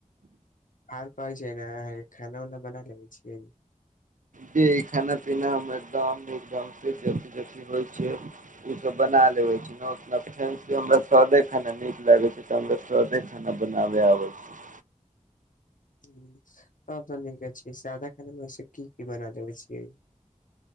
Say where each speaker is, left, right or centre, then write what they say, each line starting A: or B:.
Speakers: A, on the left (about 90°); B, on the right (about 75°).
A: आर कहै छै ने अहाँके खाना उना बना लेै छियै।
B: जी ई खाना पीना एकद होइ छै ओ सब बना ले से खाना नीक लागे छै हमरा सादे खाना बनावे आबे छै।
A: ह तब तऽ नीके छै सादा खाना मेस की की बना लबै छियै।